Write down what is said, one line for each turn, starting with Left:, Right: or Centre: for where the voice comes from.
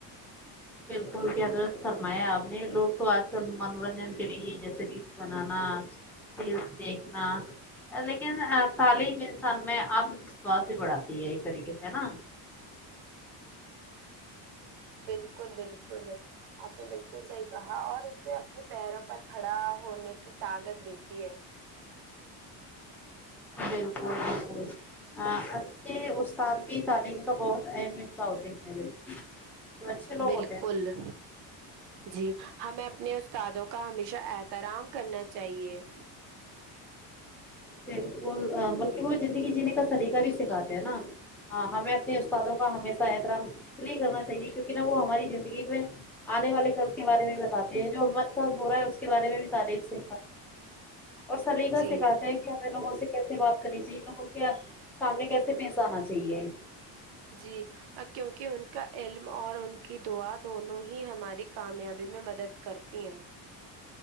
Centre: بالکل کی کیا درست فرمایا آپ نے لوگ تو آج کل منورنجن کے لی جیسے ریلس بنانا ریلس دیکھنا لیکن تعلیم انسان میں اتم وشواس بھی بڑھاتی ہے ایک طریقے سے ہے نا
Right: بالکل بالکل آپ نے بالکل صحیح کہا اور اسے اپنے پیروں پر کھڑا ہونے کی طاقت دیتی ہے
Centre: بالکل بالکل آ اچھے استاد بھی تعلیم کا بہت اہم حصہ ہوتے ہیں جو اچھے لوگ
Right: بالکل
Centre: ہوتے ہیں نا
Right: جی ہمیں اپنے استادوں کا ہمیشہ احترام کرنا چاہیے
Centre: بالکل بلکی وہ زندگی جینے کا سلیقہ بھی سکھاتے ہیں نا ہاں ہمیں اپنے استادوں کا ہمیشہ احترام کرنا چاہیے کیونکی نہ وہ ہماری زندگی میں آنے والے کل کے بارے میں بتاتے ہیں جو ہمارے ساتھ ہو رہا ہے اس کے بارے میں بھی تعلیم سیکھاتے اور سلیقہ
Right: جی
Centre: سکھاتے ہیں کے غیر لوگوں سے کیسے بات کرنی چاہیے لوگوں کے سامنے کیسے پیش آنا چاہیے
Right: جی کیونکی ان کا علم اور ان کی دعا دونوں ہی ہماری کامیابی میں مدد کرتی ہیں